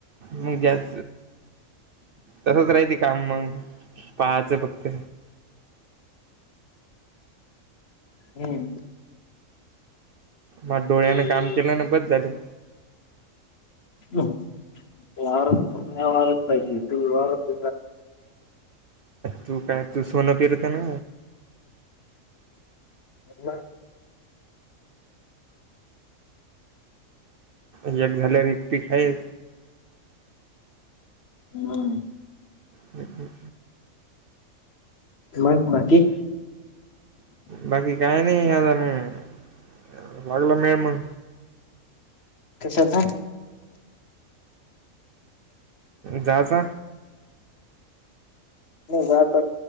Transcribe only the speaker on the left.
हम्म
हम्म
वारात नाही वारात पाहिती त वारात
नाही
हम
मग बाकी?
कशाचा?
ज आप